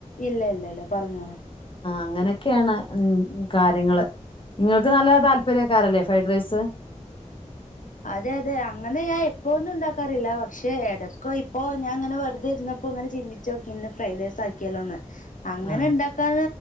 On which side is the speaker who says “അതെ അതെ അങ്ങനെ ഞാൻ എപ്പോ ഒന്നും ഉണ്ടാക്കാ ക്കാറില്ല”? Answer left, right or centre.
Left